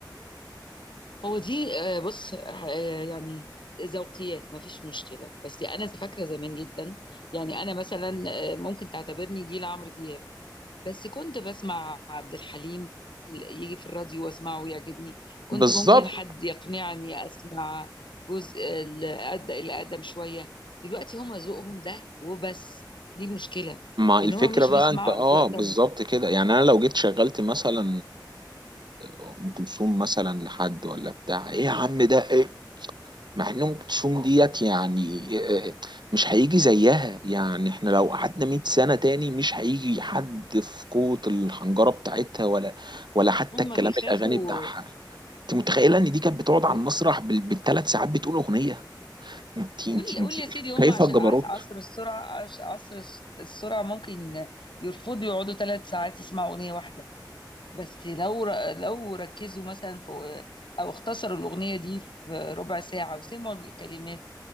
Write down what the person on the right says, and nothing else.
بالظبط
ما الفكره
بقى
انت اه
بالظبط
كده يعني انا لو جيت شغلت مثلا ام كلثوم مثلا لحد ولا بتاع ايه يا عم ده ايه مع ان ام كلثوم ديت يعني آه، آه، مش هيجي زيها يعني احنا لو قعدنا 100 سنه تاني مش هيجي حد في قوه الحنجره بتاعتها ولا ولا حتى
الكلام
الاغاني بتاعها انت متخيله ان دي كانت بتقعد
على المسرح بال- بالثلاث ساعات بتقول اغنيه انت انت
انت
شايفه
الجبروت